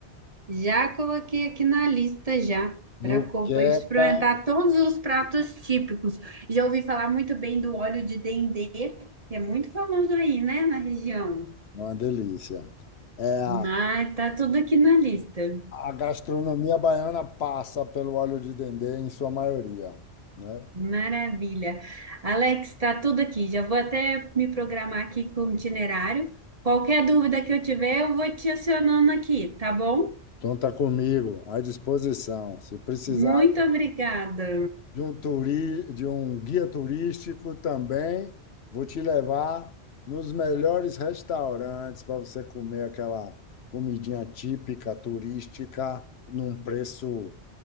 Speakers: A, on the right; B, on the left.
A: Já coloquei aqui na lista já
B: moqueca,
A: para experimentar
B: é
A: todos os pratos típicos. Já ouvi falar muito bem do óleo de dendê, que é muito famoso aí, né, na região.
B: uma delícia. É, a,
A: Ah, tá tudo aqui na lista.
B: a gastronomia baiana passa pelo óleo de dendê em sua maioria, né?
A: Maravilha. Alex, tá tudo aqui. Já vou até me programar aqui com o itinerário. Qualquer dúvida que eu tiver, eu vou te acionando aqui, tá bom?
B: Conta comigo, à disposição. Se precisar
A: Muito obrigada.
B: de um, turi, de um guia turístico também. Vou te levar nos melhores restaurantes para você comer aquela comidinha típica turística num preço